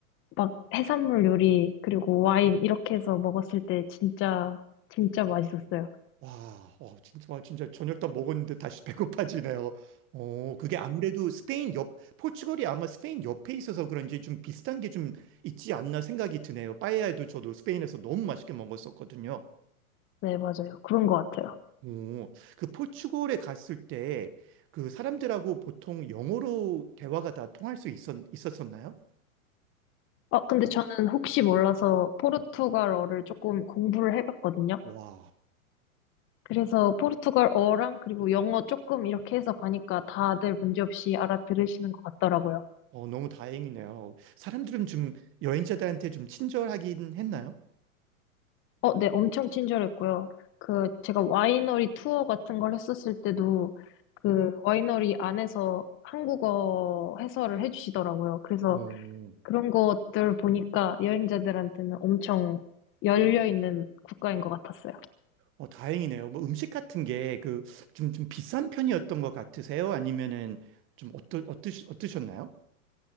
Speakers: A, on the left; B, on the right.
A: 막 해산물 요리 그리고 와인 이렇게 해서 먹었을 때 진짜 진짜 맛있었어요.
B: 와, 어, 진짜, 와, 진짜 저녁 다 먹었는데 다시 <laughs> 배고파지네요. 어, 그게 아무래도 스페인 옆, 포르투갈이 아마 스페인 옆에 있어서 그런지 좀 비슷한 게 좀 있지 않나 생각이 드네요. 빠에야도 저도 스페인에서 너무 맛있게 먹었었거든요.
A: 네, 맞아요. 그런 것 같아요.
B: 오, 그 포르투갈에 갔을 때 그 사람들하고 보통 영어로 대화가 다 통할 수 있었, 있었었나요?
A: 어, 근데 저는 혹시 몰라서 포르투갈어를 조금 공부를 해봤거든요.
B: 와,
A: 그래서 포르투갈어랑 그리고 영어 조금 이렇게 해서 가니까 다들 문제없이 알아들으시는 것 같더라고요.
B: 어, 너무 다행이네요. 사람들은 좀 여행자들한테 좀 친절하긴 했나요?
A: 어, 네, 엄청 친절했고요. 그, 제가 와이너리 투어 같은 걸 했었을 때도 그 와이너리 안에서 한국어 해설을 해주시더라고요. 그래서
B: 오,
A: 그런 것들 보니까 여행자들한테는 엄청 열려있는 국가인 것 같았어요.
B: 어, 다행이네요. 뭐 음식 같은 게 그 좀 좀 비싼 편이었던 것 같으세요? 아니면은 좀 어떠, 어떠, 어떠셨나요?